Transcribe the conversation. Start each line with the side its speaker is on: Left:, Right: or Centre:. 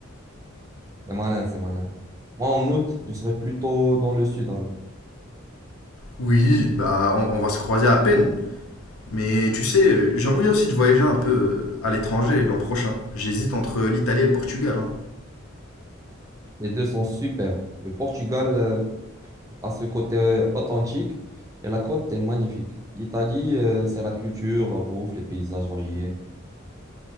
Right: C'est malin, c'est malin. Moi, en août, je serai plutôt dans le sud alors.
Left: Oui, bah on, on va se croiser à peine. Mais tu sais, euh, j'ai envie aussi de voyager un peu euh, à l'étranger l'an prochain. J'hésite entre l'Italie et le Portugal. hein.
Right: Les deux sont super. Le Portugal euh, a ce côté euh, authentique et la côte est magnifique. L'Italie, euh, c'est la culture, la bouffe, les paysages variés.